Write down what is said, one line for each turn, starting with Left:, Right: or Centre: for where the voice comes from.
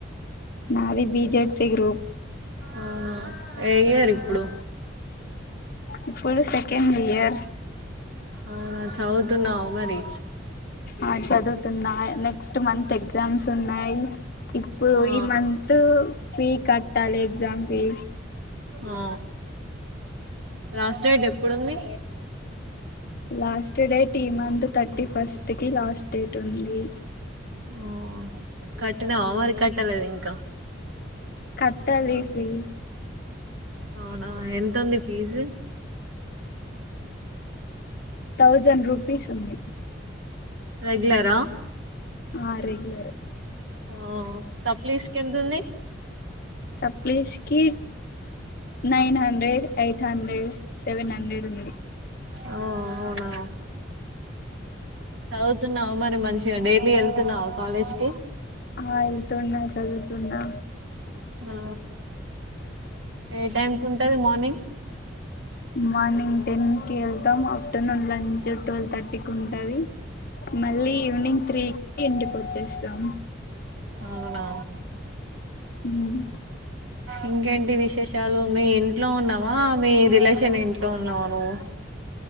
Left: నాది బెజెడ్సీ గ్రూప్
Right: అవున ఏ ఇయర్ ఇప్పుడు
Left: ఇప్పుడు సెకండ్ ఇయర్
Right: అవునా చదువుతున్నావు మరి
Left: ఆ చదువుతున్నా నెక్స్ట్ మంత్ ఎగ్జామ్స్ ఉన్నాయి ఇప్పుడు
Right: ఆ
Left: ఈ మంత్ ఫీ కట్టాలి ఎగ్జామ్ ఫీ
Right: ఆ లాస్ట్ డేట్ ఎప్పుడుంది
Left: లాస్ట్ డేట్ ఈ మంత్ థర్టీ ఫస్ట్ కి లాస్ట్ డేట్ ఉంది
Right: ఆ కట్టినవా మరి కట్టలేదు ఇంకా
Left: కట్టాలిపియి
Right: అవునా ఎంతుంది ఫీజు
Left: థౌజండ్ రూపీస్ ఉంది
Right: రెగలరా
Left: ఆ రెగులరు
Right: ఆ సప్లీస్ కెంత ఉంది
Left: సప్లీస్కి nine hundred eight hundred seven hundred ఉంది
Right: ఆ అవునా చదువుతున్నావు మరి మంచిగా డైలీ వెళ్తున్నా కాలేజ్ కి
Left: ఆ ఎల్తున్నా చదువుతుూన్నా
Right: ఆ ఏ టైం ఉంటుంది మార్నింగ్
Left: మార్నింగ్ టెన్ కి వెళ్తాం ఆఫ్టర్నూన్ లంచ్ ట్వెల్వ్ థర్టీకి ఉంటుంది మళ్ళీ ఈవినింగ్ త్రీకి ఇంటికి వచ్చేస్తాం
Right: అవునా
Left: ఉమ్
Right: ఇంకేంటి విశేషాలు మీ ఇంట్లో ఉన్నావా మీ రిలేషన్ ఇంట్లో ఉన్నావా నువ్వు